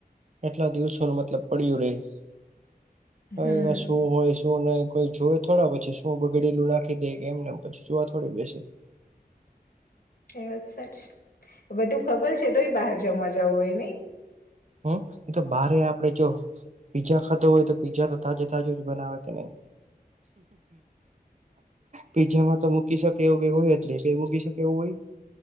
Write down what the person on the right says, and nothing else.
કેટલા દિવસો ન મતલબ પડ્યું રે હ
એમાં શું હોય શું નહી કોઈ જોવે થોડા પછી શું બગડેલું નાખી દે કેમનેમ પછી જોવા થોડી બેસે પછી
હમ એ તો બારે આપડે જો. પીઝા ખાતો હોય તો પીઝા તો તાજે તાજો જ બનાવે કે નહી પીઝામાં તો મૂકી શકે એવું કે હોય જ નહી કે મૂકી શકે એવું હોય